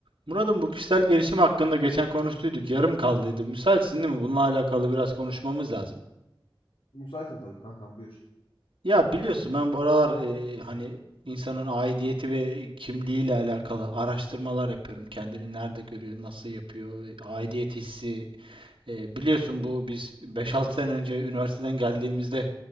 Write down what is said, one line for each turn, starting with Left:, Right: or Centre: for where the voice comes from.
Right: Murat'ım bu kişisel gelişim hakkında geçen konuştuyduk. Yarım kaldıydı. Müsaitsin değil mi? Bununla alakalı biraz konuşmamız lazım.
Left: Müsaitim tabii kankam buyur.
Right: Ya biliyorsun ben bu aralar e, hani insanın aidiyeti ve kimliğiyle alakalı araştırmalar yapıyorum. Kendini nerede görüyor, nasıl yapıyor, e, aidiyet hissi. E, biliyorsun bu biz beş altı sene önce üniversiteden geldiğimizde